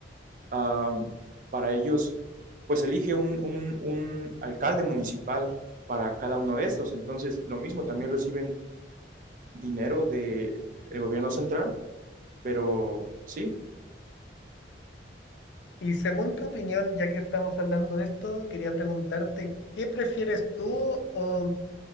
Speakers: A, on the right; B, on the left.
A: am, para ellos, pues elige un, un- un alcalde municipal para cada uno de estos. Entonces, lo mismo, también reciben dinero del gobierno central, pero sí,
B: Y según tu opinión, ya que estamos hablando de esto, quería preguntarte, ¿qué prefieres tú o,